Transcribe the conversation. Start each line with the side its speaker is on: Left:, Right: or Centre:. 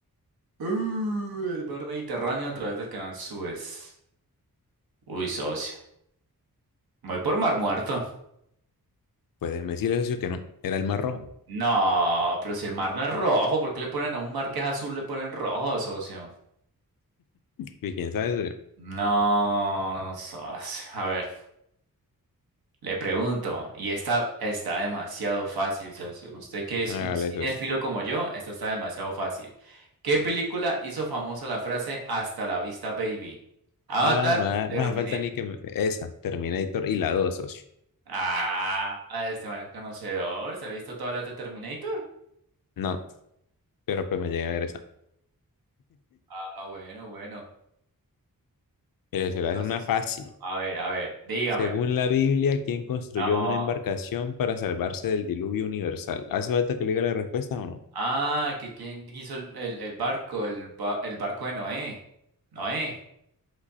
Right: Uh, el mar Mediterráneo a través del canal Suez. Uy, socio. Me Voy por Mar Muerto.
Left: Pues me decirle, socio, que no. Era el Mar rojo.
Right: No, pero si el mar no es rojo, ¿por qué le ponen a un mar que es azul, le ponen rojo, socio?
Left: Y quién sabe, socio.
Right: No, socio. A ver, le pregunto, y esta está demasiado fácil, socio. Usted que es
Left: Hágale,
Right: un cinéfilo
Left: socio.
Right: como yo, esta está demasiado fácil. ¿Qué película hizo famosa la frase Hasta la vista, baby? Avatar,
Left: Ah, no, ha-
Right: Terminator.
Left: no hace falta ni que me- esa, Terminator y la dos socio.
Right: Ah, este man es conocedor, se ha visto todas las de Terminator.
Left: No, pero pues me llega a ver esa.
Right: Ah, bueno, bueno.
Left: Mire, se la
Right: Entonces,
Left: es una fácil.
Right: socio, a ver, a ver, dígamela.
Left: Según la Biblia, ¿quién construyó
Right: No.
Left: una embarcación para salvarse del diluvio universal? ¿Hace falta que le diga la respuesta o no?
Right: Ah, que quién hizo el, el- el barco, el, ba- el barco de Noé. Noé.